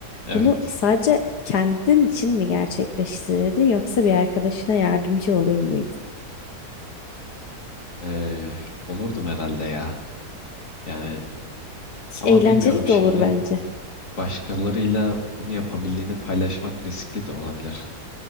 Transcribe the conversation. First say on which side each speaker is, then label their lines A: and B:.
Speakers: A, on the left; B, on the left.
A: Evet.
B: Bunu sadece kendin için mi gerçekleştirirdin yoksa bir arkadaşına yardımcı olur muydun?
A: Ee, olurdum herhalde ya. Yani ama
B: Eğlenceli
A: bilmiyorum şimdi.
B: de olur bence.
A: Başkalarıyla bunu yapabildiğini paylaşmak riskli de olabilir.